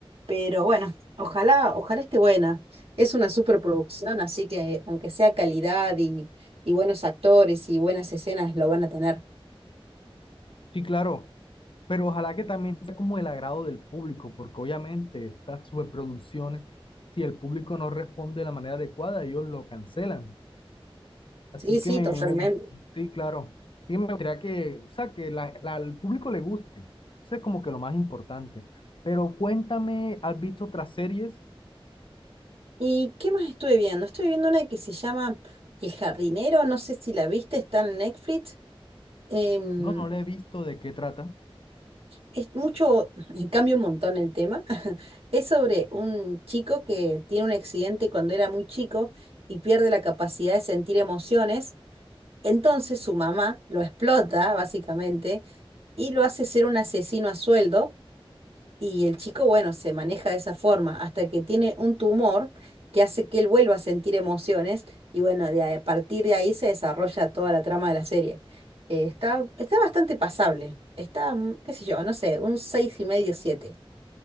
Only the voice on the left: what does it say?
Sí, claro, pero ojalá que también sea como el agrado del público, porque obviamente estas superproducciones, si el público no responde de la manera adecuada, ellos lo cancelan. Así
que me,
me gust- sí, claro. Sí, me gustaría que, o sea, que la, la- al público le guste. Eso es como que lo más importante. Pero cuéntame, ¿has visto otras series?
No, no la he visto de qué trata.